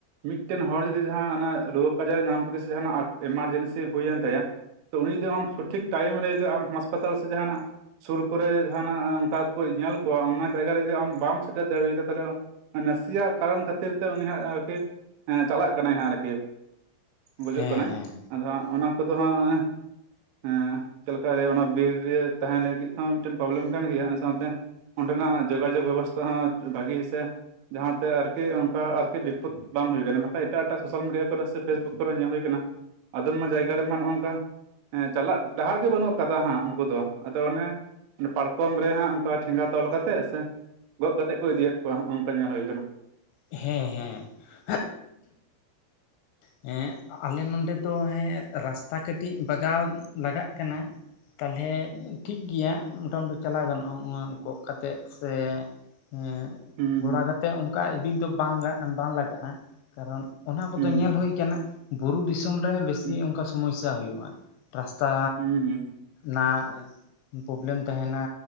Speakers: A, on the right (about 75°); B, on the left (about 80°).
A: ᱢᱤᱫᱴᱮᱱ ᱦᱚᱲ ᱡᱚᱫᱤ ᱡᱟᱦᱟᱸ ᱨᱳᱜᱽ ᱟᱡᱟᱨ ᱧᱟᱢ ᱟᱠᱟᱫᱮᱭᱟ ᱥᱮ ᱡᱟᱦᱟᱱᱟᱜ ᱮᱢᱟᱨᱡᱮᱱᱥᱤ ᱦᱩᱭᱮᱱ ᱛᱟᱭᱟ ᱾ ᱛᱚ ᱩᱱᱤ ᱫᱚ ᱟᱢ ᱥᱚᱴᱷᱤᱠ ᱴᱟᱭᱤᱢ ᱨᱮ ᱡᱫᱤ ᱟᱢ ᱦᱟᱥᱯᱟᱛᱟᱞ ᱥᱮ ᱡᱟᱦᱟᱱᱟᱜ ᱥᱩᱨ ᱠᱚᱨᱮ ᱡᱟᱦᱟᱱᱟᱜ ᱚᱱᱠᱟ ᱠᱚ ᱧᱮᱞ ᱠᱚᱣᱟ᱾ ᱚᱱᱟ ᱡᱟᱭᱜᱟ ᱡᱩᱫᱤ ᱟᱢ ᱵᱟᱢ ᱥᱮᱴᱮᱨ ᱫᱟᱲᱮᱭᱟᱫᱟ᱾ ᱛᱟᱦᱚᱞᱮ ᱱᱟᱥᱮᱭᱟᱜ ᱠᱟᱨᱚᱱ ᱠᱷᱟᱹᱛᱤᱨ ᱛᱮ ᱩᱱᱤᱭᱟᱜ ᱟᱨᱠᱤ ᱦᱮᱸ ᱪᱟᱞᱟᱜ ᱠᱟᱱᱟᱭ ᱦᱟᱸᱜ ᱟᱨᱠᱤ ᱵᱩᱡᱚᱜ
B: ᱦᱮᱸ
A: ᱠᱟᱱᱟᱭ᱾
B: ᱦᱮᱸ
A: ᱟᱫᱚ ᱦᱟᱸᱜ ᱚᱱᱟ ᱠᱚᱫᱚ ᱦᱟᱸᱜ ᱦᱸᱮ ᱪᱮᱫᱞ ᱞᱮᱠᱟ ᱚᱱᱟ ᱵᱤᱨ ᱨᱮ ᱛᱟᱦᱮᱸᱱ ᱞᱟᱹᱜᱤᱫ ᱦᱚᱸ ᱢᱤᱫᱴᱮᱱ ᱯᱨᱚᱵᱞᱮᱢ ᱠᱟᱱ ᱜᱮᱭᱟ᱾ ᱚᱱᱟ ᱥᱟᱶᱛᱮ ᱚᱸᱰᱮᱱᱟᱜ ᱡᱳᱜᱟᱡᱳᱜᱽ ᱵᱮᱵᱚᱥᱛᱷᱟ ᱦᱚᱸ ᱵᱷᱟᱹᱜᱤ ᱥᱮ ᱡᱟᱦᱟᱸᱛᱮ ᱟᱨᱠᱤ ᱚᱱᱠᱟ ᱟᱨᱠᱤ ᱵᱤᱯᱚᱛ ᱵᱟᱝ ᱦᱩᱭᱩᱜ ᱠᱟᱱᱟ ᱾ᱵᱟᱠᱷᱟᱟᱱ ᱮᱴᱟᱜ ᱮᱴᱟᱜ ᱥᱳᱥᱟᱞ ᱢᱤᱰᱤᱭᱟ ᱠᱚᱨᱮ ᱥᱮ ᱯᱷᱮᱥᱵᱩᱠ ᱠᱚᱨᱮ ᱧᱮᱞ ᱦᱩᱭ ᱠᱟᱱᱟ ᱾ ᱟᱫᱚᱢ ᱢᱟ ᱡᱟᱭᱜᱟ ᱨᱮᱢᱟ ᱱᱚᱜᱼ ᱱᱚᱝᱠᱟ ᱾ ᱸ ᱪᱟᱞᱟᱜ ᱰᱟᱦᱟᱨ ᱜᱮ ᱵᱟᱹᱱᱩᱜ ᱠᱟᱫᱟ᱾ ᱦᱟᱸᱜ ᱩᱱᱠᱩ ᱫᱚ ᱟᱫᱚ ᱚᱱᱮ ᱾ ᱯᱟᱨᱠᱚᱢ ᱨᱮ ᱦᱟᱸᱜ ᱚᱱᱠᱟ ᱴᱷᱮᱸᱜᱟ ᱛᱚᱞ ᱠᱟᱛᱮᱜ ᱥᱮᱼᱼ ᱜᱚᱫ ᱠᱟᱛᱮᱫ ᱠᱚ ᱤᱫᱤᱭᱮᱫ ᱠᱚᱣᱟ ᱱᱚᱝᱠᱟ ᱧᱮᱞ ᱦᱩᱭ ᱟᱠᱟᱱᱟ ᱾
B: ᱦᱮᱸ ᱦᱮᱸ ᱾ ᱮᱸ ᱟᱞᱮ ᱱᱚᱰᱮ ᱫᱚ ᱦᱮᱸ ᱨᱟᱥᱛᱟ ᱠᱟᱹᱴᱤᱡ ᱵᱟᱜᱟᱣ ᱞᱟᱜᱟᱜ ᱠᱟᱱᱟ᱾ ᱛᱟᱞᱦᱮ ᱴᱷᱤᱠ ᱜᱮᱭᱟ ᱢᱚᱴᱟᱢᱩᱴᱤ ᱪᱟᱞᱟᱣ ᱜᱟᱱᱚᱜᱼᱟ ᱜᱚᱜ ᱠᱟᱛᱮᱜ ᱥᱮ ᱼᱼ ᱮᱸ
A: ᱦᱩᱸ
B: ᱜᱷᱚᱲᱟ ᱠᱟᱛᱮᱜ ᱚᱱᱠᱟ ᱤᱫᱤ ᱫᱚ ᱵᱟᱝ ᱵᱟᱝ ᱞᱟᱜᱟᱜᱼᱟ ᱾ ᱠᱟᱨᱚᱱ ᱚᱱᱟ ᱠᱚᱫᱚ
A: ᱦᱩᱸ
B: ᱧᱮᱞ ᱦᱩᱭ ᱠᱟᱱᱟ ᱵᱩᱨᱩ ᱫᱤᱥᱚᱢ ᱨᱮ ᱵᱮᱥᱤ
A: ᱦᱩᱸ
B: ᱚᱱᱠᱟ ᱥᱚᱢᱚᱥᱥᱟ ᱦᱩᱭᱩᱜᱼᱟ ᱾ ᱨᱟᱥᱛᱟ
A: ᱦᱩᱸ
B: ᱱᱟᱜᱼᱼ ᱯᱚᱵᱞᱮᱢ ᱛᱟᱦᱮᱱᱟ